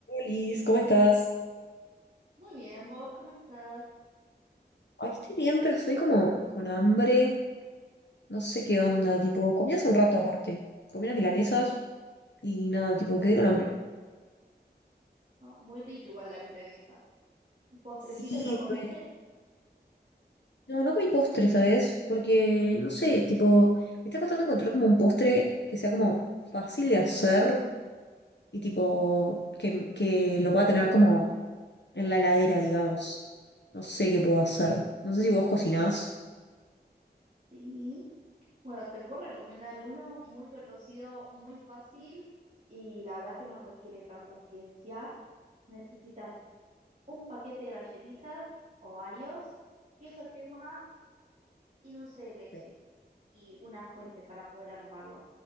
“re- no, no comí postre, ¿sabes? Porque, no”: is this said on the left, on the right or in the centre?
Left